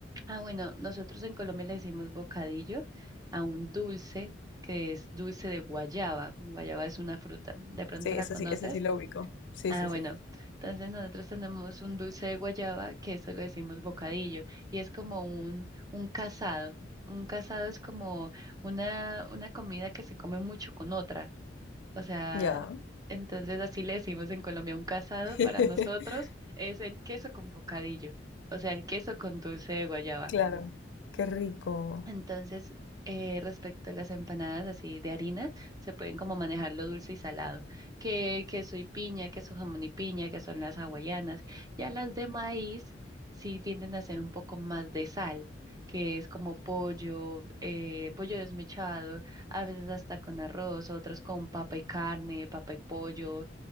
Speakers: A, on the right (about 20°); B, on the left (about 75°).
A: Ah, bueno, nosotros en Colombia le decimos bocadillo a un dulce que es dulce de guayaba. Guayaba es una fruta. ¿De pronto
B: Sí, ese
A: la conoces?
B: sí, ese sí lo ubico. Sí,
A: Ah,
B: sí,
A: bueno,
B: sí.
A: entonces nosotros tenemos un dulce de guayaba que eso lo decimos bocadillo y es como un, un casado. Un casado es como una, una comida que se come mucho con otra. O sea,
B: Ya.
A: entonces así le decimos en Colombia, un casado
B: <laughs>
A: para nosotros es el queso con bocadillo, o sea, el queso con dulce de guayaba.
B: Claro. Qué rico.
A: Entonces, eh, respecto a las empanadas así de harina, se pueden como manejar lo dulce y salado, que queso y piña, queso jamón y piña, que son las hawaianas. Ya las de maíz sí tienden a ser un poco más de sal, que es como pollo, eh, pollo desmechado, a veces hasta con arroz, otras con papa y carne, papa y pollo.